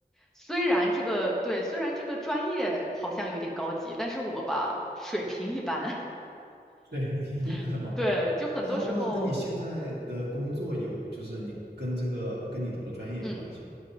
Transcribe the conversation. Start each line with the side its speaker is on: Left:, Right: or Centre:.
Centre: 虽然这个对，虽然这个专业好像有点高级，但是我吧水平一般，
Right: 水平一般嘛。
Centre: <laughs> 对，就很多时候，
Right: 那他那跟你现在的工作有，
Centre: 嗯
Right: 就是你跟这个跟你读的专业有关系吗？
Centre: 嗯，